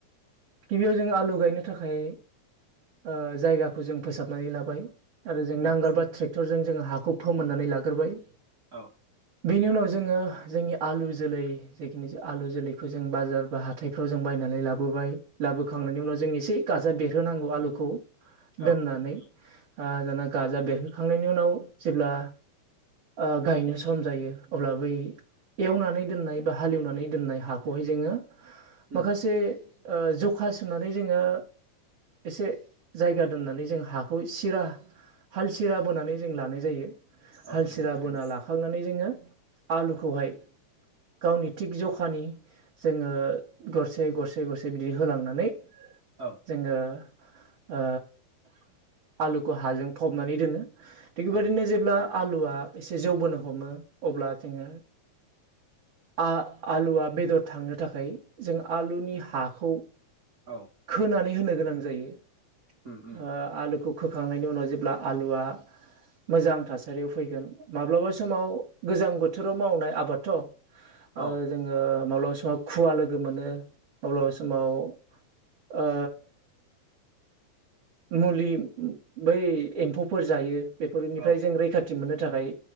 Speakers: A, on the right; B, on the right.
A: गिबियाव जों आलु गायनो थाखाय ओ जायगाखौ जों फोसाबनानै लाबाय। आरो जों
B: औ
A: नांगोलबा ट्रेक्टरजों जोङो हाखौ फोमोननानै लाग्रोबाय
B: औ
A: बेनि उनाव जोङो जोंनि आलु जोलै जिखेनि जे आलु जोलैखौ जों बाजार बा हा थायफ्राव जों बायनानै लाबोबाय लाबोखांनायनि
B: औ
A: उनाव जों एसे गाजा बेरहोनांगौ आलुखौ
B: औ
A: दोननानै ओ दाना गाजा बेरहोखांनायनि उनाव जेब्ला ओ गायनो सम जायो अब्ला बै एवनानै दोननाय बा हालेवनानै दोननाय हाखौहाय जोङो
B: उम
A: माखासे ओ जखा सुनानै जोङो एसे जायगा दोननानै जों हाखौ सिरा हाल सिरा बोनानै जों लानाय जायो
B: औ
A: हाल
B: नंगौ
A: सिरा
B: थारैनो
A: बोना लाखांनानै जोङो आलुखौहाय गावनि थिग जखानि जोङो गरसे गरसे गरसे बिदिनो होलांनानै
B: औ
A: जोङो ओ आलुखौ हाजों फबनानै दोनो थिग बेबायदिनो
B: औ
A: जेब्ला आलुआ एसे जौबोनो हमो अब्ला जोङो आ आलुआ बेदर थांनो थाखाय जों आलुनि हाखौ
B: औ
A: खोनानै होनो गोनां जायो
B: उम उम
A: ओ आलुखौ फोखांनायनि उनाव जेब्ला आलुआ मोजां थासारियाव फैगोन माब्लाबा समाव गोजां बोथोराव मावनाय आबादथ' ओ
B: औ
A: जोङो माब्लाबा समाव खुवा लो गो मोनो अब्लाबा समाव ओ मुलि बै एम्फौफोर जायो बेफोरनिफ्राय
B: औ
A: जों रैखाथि मोननो थाखाय